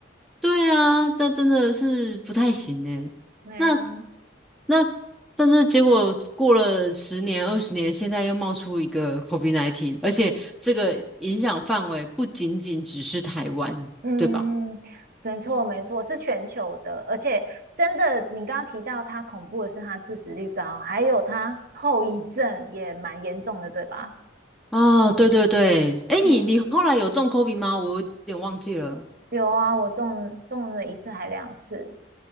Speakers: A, in the centre; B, on the right.
A: 对啊，这真的是不太行诶。
B: 没啊，
A: 那那但是结果过了十年、二十年，现在又冒出一个 c o v i d nineteen，而且这个影响范围不仅仅只是台湾，
B: 嗯，
A: 对吧？
B: 没错没错，是全球的，而且真的，你刚刚提到它恐怖的是它致死率高，还有它后遗症也蛮严重的，对吧？
A: 哦，对对对，哎，你你后来有中
B: 嗯，
A: COVID 吗？我有点忘记了。
B: 有啊，我中中了一次还两次。